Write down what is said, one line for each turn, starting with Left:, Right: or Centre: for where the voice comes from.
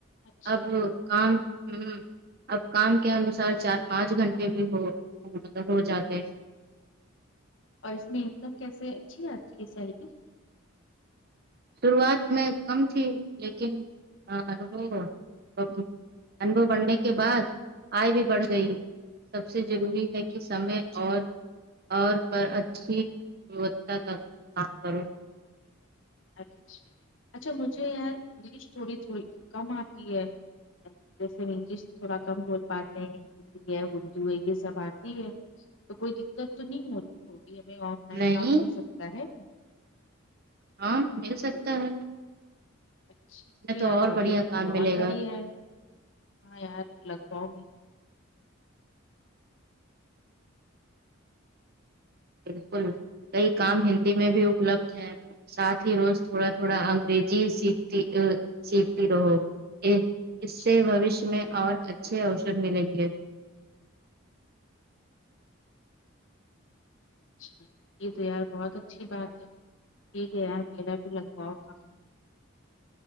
Left: اچھا
Right: اب
Left: اچھا
Right: کام ہم اب کام کے انوسار چار پانچ گھنٹے بھی ہو مطلب ہو جاتے
Left: اور اس میں انکم کیسے اچھی آتی ہے آپ کی یہ سیلری
Right: شروعات میں کم تھی لیکن انو <unintelligible> انبو بڑنے کے بعد آئے بھی بڑھ گئی سب سے ضروری ہے کہ سمے اور اور پر اچھی گنوتتا کا کام کرو
Left: اچھا اچھا مجھے یار انگلش تھوڑی تھوڑی کم آتی ہے جیسے انگلش تھوڑا کم بول پاتے ہیں ہندی ہے اردو ہے یہ سب آتی ہے تو کوئی دقت تو نہیں ہو ہوگی ہمیں آن لائن
Right: نہیں
Left: کام مل سکتا ہے
Right: ہاں مل سکتا ہے
Left: اچھا اچ
Right: میں تو
Left: یار
Right: اور
Left: بڑی
Right: بڑھیا کام
Left: بہت
Right: ملے
Left: بڑی
Right: گا
Left: ہے ہاں یار لگ بھؤ میں
Right: بالکل کئی کام ہندی میں بھی اپلبدھ ہے ساتھ ہی روز تھوڑا تھوڑا انگریزی سیکھتی ا سیکھتی رہو ایک
Left: اچھا
Right: اس سے بوشیہ میں اور اچھے اوسد ملیں گے
Left: اچھا یہ تو یار بہت اچھی بات ہے ٹھیک ہے یار میرا بھی لگواؤ کام